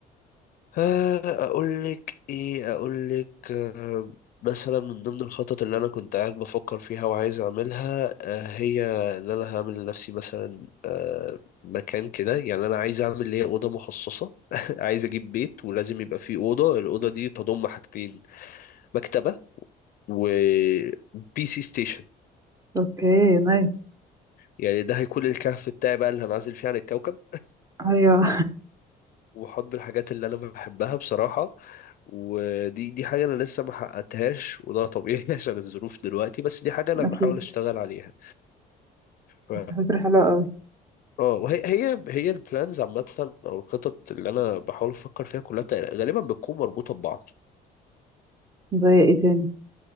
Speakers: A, on the left; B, on the right.
A: آه، اقول لك ايه اقول لك آه، مثلا من ضمن الخطط اللي انا كنت قاعد بفكر فيها وعايز اعملها آه، هي ان انا هعمل لنفسي مثلا آه، مكان كده يعني انا عايز اعمل ليا اوضه مخصصه <laughs> عايز اجيب بيت ولازم يبقى فيه اوضه الاوضه دي تضم حاجتين مكتبه وبي سي ستيشن
B: اوكي نايس
A: يعني ده هيكون الكهف بتاعي بقى اللي هنعزل فيه عن الكوكب
B: ايوه
A: وحط الحاجات اللي انا بحبها بصراحة ودي دي حاجة انا لسه ما حققتهاش وده طبيعي <laughs> عشان الظروف دلوقتي بس دي حاجة انا
B: <laughs> اكيد
A: بحاول اشتغل عليها ف
B: بس فكرة حلوة قوي
A: اه وهي هي هي البلانز عامة او الخطط اللي انا بحاول افكر فيها كلها تق- غالبا بتكون مربوطة ببعض
B: زي ايه تاني